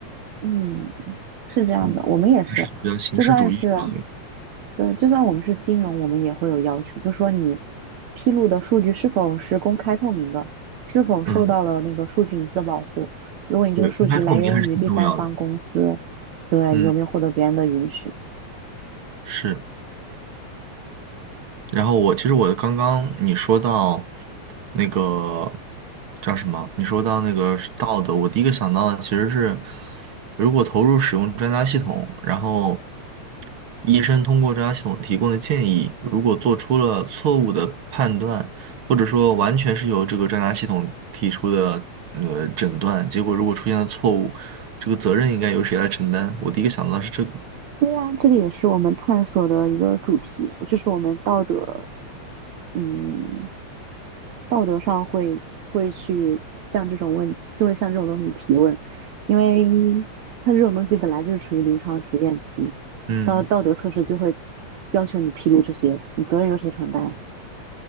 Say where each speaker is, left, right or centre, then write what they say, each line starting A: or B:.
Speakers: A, on the right (about 70°); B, on the right (about 50°).
A: 嗯。是这样的，
B: 嗯，
A: 我们也是，
B: 还是比较形式主义嘛。
A: 就算是对，就算我们是金融，我们也会有要求，就说你披露的数据是否是公开透明的，是否受到了那个数据隐私的保护。
B: 嗯，
A: 如果你这个数据来源于第三方公司，
B: 对，公开透明还是挺重要的。
A: 对你有没有获得别人的允许？
B: 嗯，是。然后我其实我刚刚你说到那个叫什么？你说到那个是道德，我第一个想到的其实是，如果投入使用专家系统，然后医生通过专家系统提供的建议，如果做出了错误的判断，或者说完全是由这个专家系统提出的呃诊断，结果如果出现了错误，这个责任应该由谁来承担？我第一个想到的是这个。
A: 对啊，这个也是我们探索的一个主题，就是我们道德，嗯，道德上会会去向这种问，就会向这种东西提问，因为像这种东西本来就是处于临床实验期，
B: 嗯
A: 到道德测试就会要求你披露这些，你责任由谁承担，